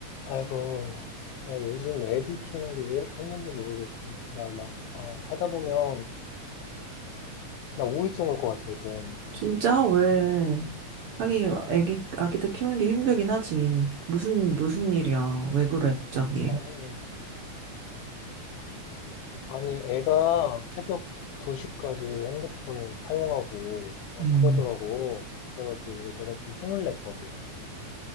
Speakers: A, on the left (about 80°); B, on the right (about 65°).
A: 아이고, 야, 요즘 애들 키우는 게 왜 이렇게 힘든지 모르겠어. 나 막, 아, 하다 보면, 나 우울증 올 것 같아, 요즘.
B: 진짜? 왜? 아니, 애기, 아기들 키우는 게 힘들긴 하지. 무슨, 무슨 일이야. 왜 그래, 갑자기.
A: 아니, 아니, 애가 새벽 2시까지 핸드폰을 사용하고, 막
B: 음,
A: 그러더라고. 그래가지고 이제 내가 좀 혼을 냈거든.